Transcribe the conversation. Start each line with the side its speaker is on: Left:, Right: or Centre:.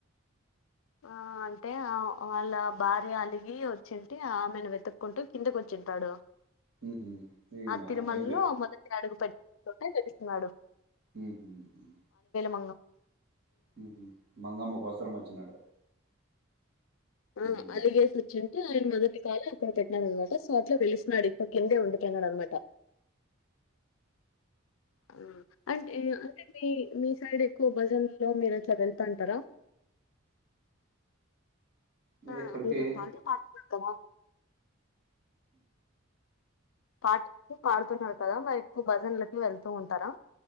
Left: ఆ అంటే ఆ వాళ్ళ భార్య అలిగి వచ్చుంటే ఆమెను వెతుక్కుంటూ కిందకి వచ్చింటాడు
Right: మ్హూ. ఈయన
Left: ఆ తిరుమలలో
Right: ఎంక
Left: మొదటి అడుగు పెట్ కొంటే తెగిస్తన్నాడు
Right: మ్మ్ హ్మ్
Left: మంగం
Right: మ్మ్ హ్మ్ మంగమ్మ కోసం వచ్చినాడు
Left: ఆ
Right: మ్.
Left: అలిగేసి వచ్చుంటే ఆయన మొదటి కాలు అక్కడ పెట్టినాడు అనమాట సో అట్లా వెలిస్తున్నాడు ఇప్ప కిందే ఉండిపోయినాడు అనమాట ఆ అంటే తది మీ సైడ్ ఎక్కువ భజనమేల మీరు అట్లా వెళ్తాంటారా
Right: మరి
Left: ఆ
Right: ఎక్కడికి
Left: మీరు పాట పాడతన్నరు కదా పాటి పాడుతున్నారు కదా మరి ఎక్కువ భజన్లకి వెళ్తూ ఉంటారా